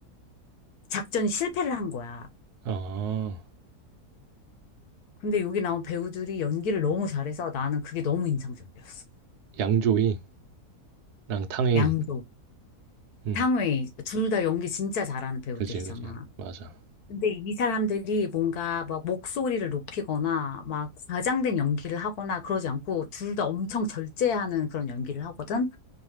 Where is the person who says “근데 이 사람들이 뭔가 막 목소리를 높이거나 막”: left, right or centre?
Left